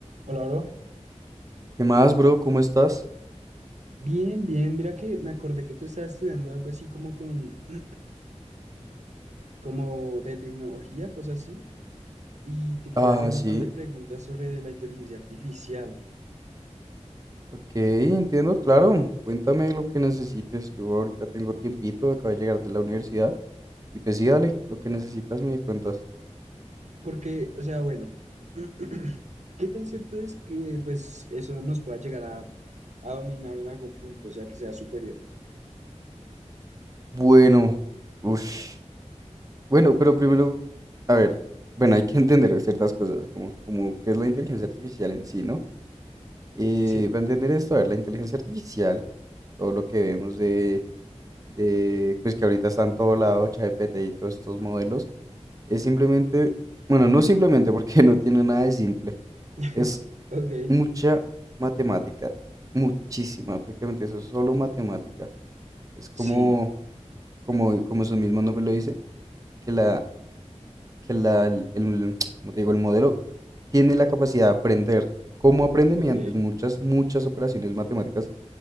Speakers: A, on the right; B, on the right.
A: Hola, bro.
B: ¿Qué más, bro? ¿Cómo estás?
A: Bien, bien. Mira que me acordé que tú estabas estudiando algo así como con, <clears throat> como de tecnología, cosas así. Y te quería
B: Ah,
A: hacer un
B: sí.
A: par de preguntas sobre la inteligencia artificial.
B: Ok, entiendo, claro. Cuéntame lo que necesites. Yo ahorita tengo tiempito, acabo de llegar de la universidad. Y pues sí, dale, lo que necesitas me cuentas.
A: Porque, o sea, bueno, <clears throat> ¿qué tan cierto es que, pues, eso nos pueda llegar a, a dominar en algún punto? O sea, que sea superior.
B: Bueno, uff. Bueno, pero primero, a ver, bueno, hay que <laughs> entender ciertas cosas, como, como qué es la inteligencia artificial en sí, ¿no? Eh,
A: Sí.
B: para entender esto, a ver, la inteligencia artificial, todo lo que vemos de, de, pues que ahorita está en todo lado, ChatGPT y todos estos modelos. Es simplemente, bueno, no simplemente porque <laughs> no tiene nada de simple.
A: <laughs>
B: Es
A: Ok.
B: mucha matemática, muchísima, prácticamente eso es solo matemática. Es
A: Sí.
B: como, como, como su mismo nombre lo dice, que la, que la, el, el- <tsk> como te digo, el modelo tiene la capacidad de aprender. ¿Cómo aprende?
A: Ok.
B: Mediante muchas, muchas operaciones matemáticas